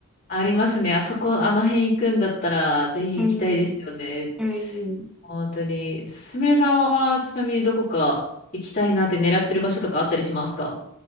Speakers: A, on the left; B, in the centre.
A: ありますね。あそこ、あの辺行くんだったら、ぜひ行きたいですよね。
B: うん、うん。
A: 本当に。すみれさんは、ちなみにどこか行きたいなって狙ってる場所とかあったりしますか